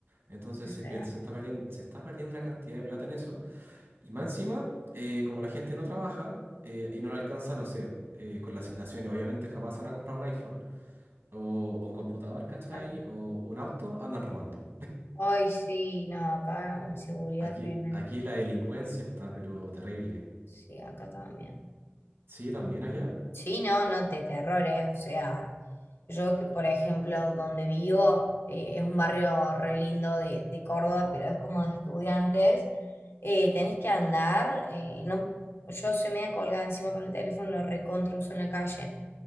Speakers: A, on the right; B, on the left.
A: Entonces
B: es
A: se
B: real,
A: pierde- se está perdiendo, se está perdiendo una cantidad de plata en eso y más encima, eh, como la gente no trabaja eh, y no le alcanza, no sé, eh, con las asignaciones, obviamente jamás van a comprar un iPhone o, o un computador, ¿cachai?
B: claro.
A: O un auto, andan robando.
B: Ay, sí, no, acá inseguridad
A: Aquí,
B: tremenda.
A: aquí la delincuencia está, pero terrible.
B: Sí, acá también.
A: Sí, también allá.
B: Sí, no, no te terrores, o sea, yo que por ejemplo donde vivo eh, es un barrio re lindo de, de Córdoba, pero es como de estudiantes, eh, tenés que andar, eh, no, yo soy media colgada encima con el teléfono, lo recontra uso en la calle,